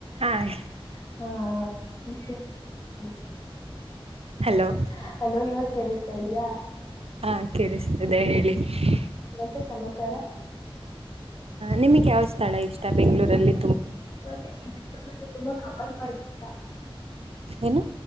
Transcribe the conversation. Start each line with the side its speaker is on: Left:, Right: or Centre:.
Right: ಆ.
Left: <inaudible> <unintelligible>
Right: ಹಲೋ
Left: <inaudible>
Right: <unintelligible> <unintelligible>
Left: <inaudible>
Right: ನಿಮಗೆ ಯಾವ ಸ್ಥಳ ಇಷ್ಟ ಬೆಂಗಳೂರು ಅಲ್ಲಿ.
Left: <inaudible>
Right: ಏನು.